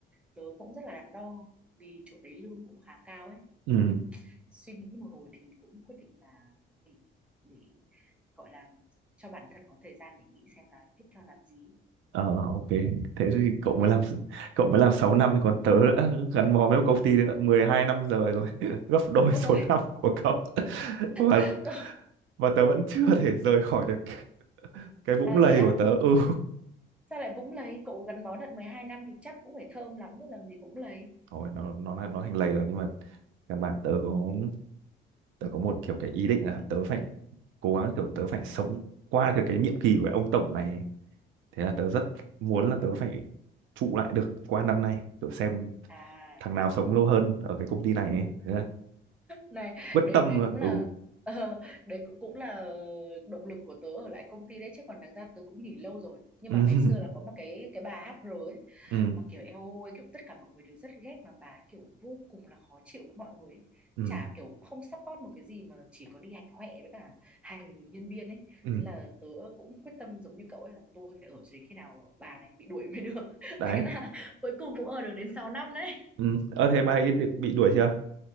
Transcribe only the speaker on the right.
ừ.
Ờ ok, thế thì cậu
mới làm <laughs> cậu mới làm 6 năm thì còn tớ đã gắn bó với một công ty đến tận 12 năm rồi rồi, <laughs> gấp đôi
số
năm của cậu. <laughs> Và
và tớ vẫn chưa thể rời khỏi được cái vũng
lầy
của tớ. Ừ.
Thôi nó nó là- nó thành lầy rồi nhưng mà căn bản tớ có tớ có một kiểu cái ý định là tớ phải cố gắng kiểu tớ phải sống qua cái cái nhiệm kỳ của ông tổng này. ấy. Thế là tớ rất muốn là tớ phải trụ lại được qua năm nay, kiểu xem
thằng nào sống lâu hơn ở cái công ty này ấy. Thế là
quyết
tâm
mà.
ừ
ừ
ừ
ừ
ừ
đấy
ừ ơ thế bà ấy được bị đuổi chưa